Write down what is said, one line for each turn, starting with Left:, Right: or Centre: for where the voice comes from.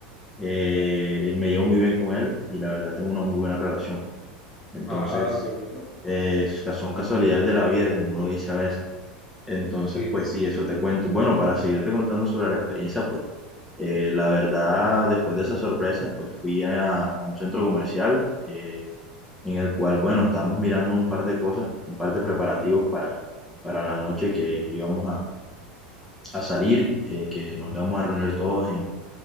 Centre: eh, me llevo muy bien con él y la verdad tengo una muy buena relación. Entonces,
Left: Ah, qué bueno.
Centre: eh, es que son casualidades de la vida, como uno dice a veces. Entonces,
Left: Sí,
Centre: pues sí, eso te cuento. Bueno, para seguirte contando sobre la experiencia, pues eh, la verdad, después de esa sorpresa, pues fui a, a un centro comercial eh, en el cual, bueno, estábamos mirando un par de cosas, un par de preparativos para, para la noche que íbamos a, a salir, eh, que nos íbamos a reunir todos en